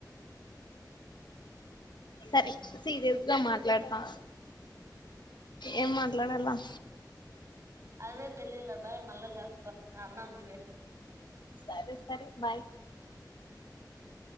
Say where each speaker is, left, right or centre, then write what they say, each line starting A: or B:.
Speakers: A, on the left; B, on the right.
A: సరి సీరియస్ గా మాట్లాడతా ఏం మాట్లాడాల
B: అదే తెలీలే బాయ్ మళ్ళా చేస్తా అన్నం తినేసి
A: సరే సరే బాయ్